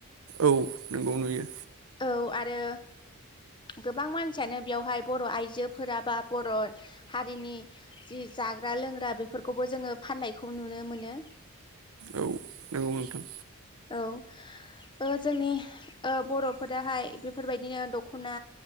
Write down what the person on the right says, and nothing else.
औ नंगौ नुयो।
औ नंगौ नोंथां।